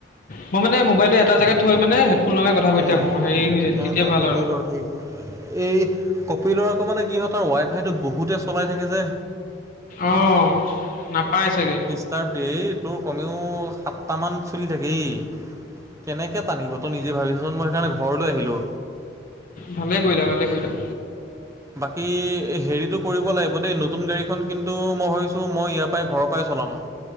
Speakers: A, on the left; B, on the right.
A: মই মানে মোবাইলটো এটা জেগাত থৈ মানে হেডফোন লগাই কথা পাতিা
B: উম।
A: থাকো হেৰি হৈ যায়
B: না
A: তেতিয়া
B: না
A: ভাল
B: ঠিকেই
A: আৰু!
B: কৰ এই কপিলৰ আকৌ মানে কি হয়, তাৰ ৱাই ফাই টো বহুতে চলাই থাকে যে।
A: অঁ নাপায় চাগে?
B: ষ্টাৰ দেই তোৰ কমেও সাতটামান চলি থাকেই কেনেকৈ টানিব তই ননিজে ক্? যি ভাবিছচোন মই সেইকাৰণে ঘৰলৈ আহিলো।
A: ভালে কৰিলা ভালে কৰিলা।
B: বাকী হেৰিটো কৰিব লাগিব দেই নতুন গাড়ীখন কিন্তু মই ভাবিছোঁ মই ইয়াৰ পৰাই ঘৰৰ পৰাই চলাম।